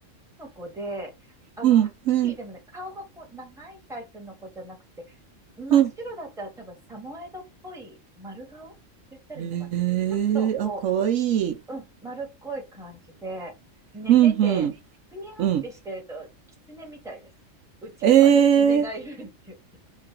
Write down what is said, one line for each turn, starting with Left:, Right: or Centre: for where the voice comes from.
Centre: の子で、あの、
Right: うん、
Centre: ハスキーでもね、
Right: うん、
Centre: 顔がこう、長いタイプの子じゃなくて、真っ白だったら多分サモエドっぽい丸顔って言ったらいいのかな。
Right: うん。へえ、
Centre: ちょっとこ
Right: あ、かわいい。
Centre: う、うん、丸っこい感じで、寝てて、
Right: うん、うん。
Centre: ふにゃーってしてると、
Right: うん。
Centre: キツネみたいです。うちにはキツネがいるっていう。
Right: ええ